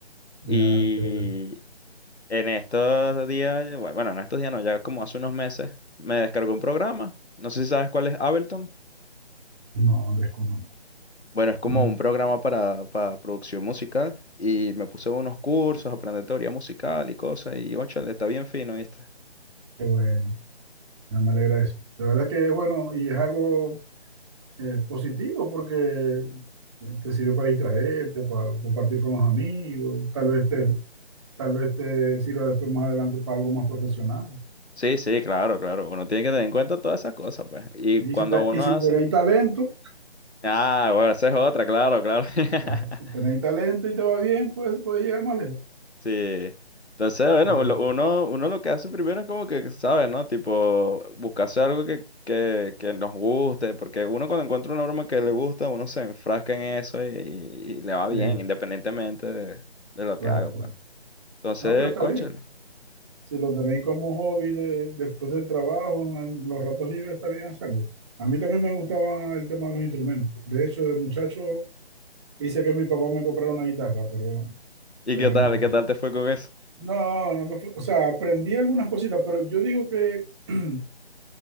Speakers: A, on the right (about 25°); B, on the left (about 80°).
A: Ya,
B: Y,
A: qué bueno.
B: en estos días, bueno, bueno, en estos días no, ya como hace unos meses, me descargó un programa. No sé si sabes cuál es Ableton.
A: No, desconozco.
B: Bueno, es como
A: No,
B: un programa para, para producción musical y me puse unos cursos, aprender teoría musical y cosas y, le está bien fino, ¿viste?
A: qué bueno. Ah, me alegra eso. De verdad que es bueno y es algo eh, positivo porque eh, te sirve para distraerte, para compartir con los amigos, tal vez te, tal vez te sirva después más adelante para algo más profesional.
B: Sí, sí, claro, claro. Uno tiene que tener en cuenta todas esas cosas, pues. Y
A: Y
B: cuando
A: si, te-
B: uno
A: y si
B: hace...
A: tenéis talento,
B: Ah, bueno, esa es otra, claro, claro. <laughs>
A: ah, si tenéis talento y te va bien, pues puedes llegar más lejos.
B: Sí. Entonces, bueno,
A: Está bien.
B: lo- uno, uno lo que hace primero es como que, ¿sabes, no? Tipo, buscarse algo que, que, que nos guste, porque uno cuando encuentra una broma que le gusta, uno se enfrasca en eso y, y- y le va bien,
A: Sí,
B: independientemente de, de lo
A: claro,
B: que haga, pues.
A: claro.
B: Entonces,
A: No, pero está
B: cónchale.
A: bien. Si lo tenéis como hobby de- después del trabajo, en en los ratos libres, está bien hacerlo. A mí también me gustaba el tema de los instrumentos. De hecho, de muchacho Hice que mi papá me comprara una guitarra, pero,
B: ¿Y
A: pero
B: qué tal?
A: no.
B: ¿Qué tal te fue con eso?
A: No, no me fui. O sea, aprendí algunas cositas, pero yo digo que <clears throat>